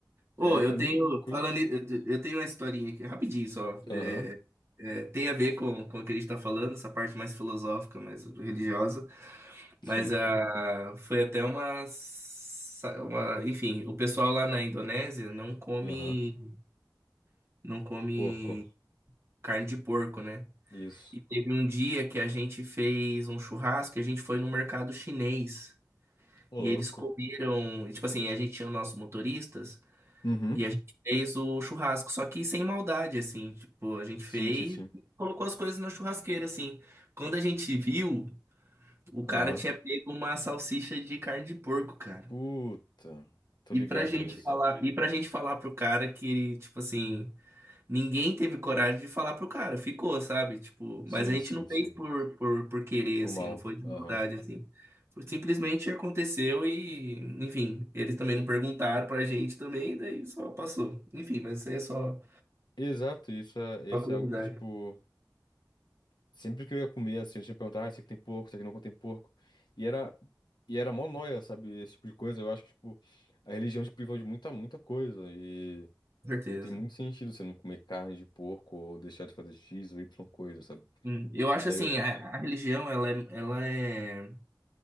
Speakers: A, on the right; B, on the left.
A: Ô,
B: É,
A: eu
B: é meio
A: tenho,
B: louco
A: falando,
B: isso.
A: eu eu tenho uma historinha aqui, rapidinho só. É,
B: Aham,
A: é, tem a ver com, com o que a gente tá falando, essa parte mais filosófica, mais religiosa.
B: sim.
A: Mas a, foi até uma, sa- uma. Enfim, o pessoal lá na Indonésia não come,
B: Aham.
A: não come
B: Porco.
A: carne de porco, né?
B: Isso.
A: E teve um dia que a gente fez um churrasco e a gente foi no mercado chinês.
B: Ô,
A: E
B: louco.
A: eles comeram, e, tipo assim, a gente tinha nossos motoristas.
B: Uhum.
A: E a gente fez o churrasco, só que sem maldade, assim, tipo, a gente
B: Sim,
A: fez
B: sim, sim.
A: e colocou as coisas na churrasqueira, assim. Quando a gente viu, o cara
B: Aham.
A: tinha pego uma salsicha de carne de porco, cara.
B: Puta. Tô
A: E
B: ligado
A: pra gente
B: nisso.
A: falar, e pra gente falar pro cara que, tipo assim, ninguém teve coragem de falar pro cara, ficou, sabe? Tipo,
B: Sim,
A: mas a gente
B: sim,
A: não fez
B: sim.
A: por, por, por querer,
B: Por
A: assim,
B: mal.
A: não foi de
B: Aham.
A: maldade, assim. Foi- Simplesmente aconteceu e, enfim, eles também não perguntaram pra gente também, daí só passou. Enfim, mas é só.
B: Exato, isso é,
A: Uma
B: isso
A: curiosidade,
B: é algo que, tipo. Sempre que eu ia comer, assim, eu tinha que perguntar, ah, esse aqui tem porco, esse aqui não contém porco. E era, e era mó nóia, sabe? Esse tipo de coisa. Eu acho que, tipo, a religião te privou de muita, muita coisa. E
A: com certeza.
B: não tem muito sentido você não comer carne de porco ou deixar de fazer X ou Y coisa, sabe?
A: Hum, Eu acho
B: Daí
A: assim,
B: hoje.
A: a, a religião ela é, ela é